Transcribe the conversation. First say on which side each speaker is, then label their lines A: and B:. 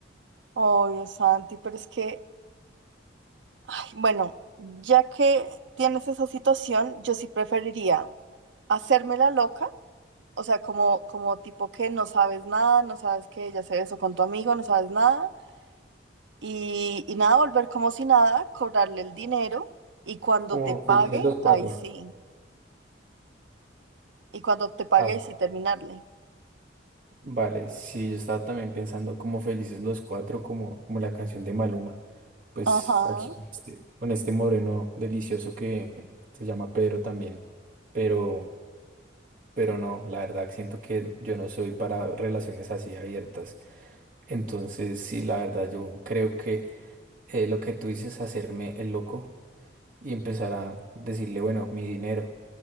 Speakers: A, on the right; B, on the right.
A: Oh, Dios Santi, pero es que, ay, bueno, ya que tienes esa situación, yo sí preferiría hacerme la loca O sea, como, como tipo que no sabes nada, no sabes que ella se besó con tu amigo, no sabes nada. Y, y nada, volver como si nada, cobrarle el dinero y cuando
B: Como
A: te pague,
B: felices los
A: ahí
B: cuatro.
A: sí. Y cuando te pague,
B: Ah,
A: ahí sí terminarle.
B: vale, sí, yo estaba también pensando como felices los cuatro, como, como la canción de Maluma. Pues
A: Ajá.
B: aquí con este, con este moreno delicioso que se llama Pedro también. Pero, pero no, la verdad siento que yo no soy para relaciones así abiertas. Entonces, sí, la verdad, yo creo que eh, lo que tú dices, hacerme el loco y empezar a decirle, bueno, mi dinero.